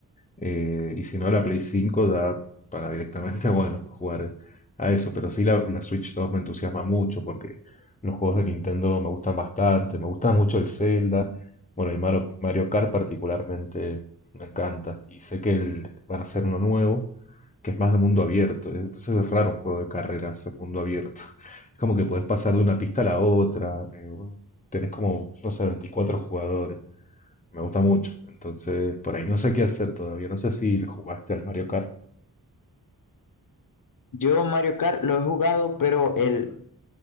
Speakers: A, on the left (about 20°); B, on the left (about 65°).
A: Eh, y si no, la Play 5 da para directamente, <laughs> bueno, jugar a eso. Pero sí, la, la Switch 2 me entusiasma mucho porque los juegos de Nintendo me gustan bastante. Me gusta mucho el Zelda. Bueno, el Mario, Mario Kart particularmente me encanta. Y sé que el- van a hacer uno nuevo que es más de mundo abierto. ¿eh? Entonces es raro un juego de carreras en mundo abierto. <laughs> Es como que puedes pasar de una pista a la otra. eh, bueno, tenés como, no sé, 24 jugadores. Me gusta mucho. Entonces, por ahí no sé qué hacer todavía. No sé si le jugaste al Mario Kart.
B: Yo Mario Kart lo he jugado, pero el,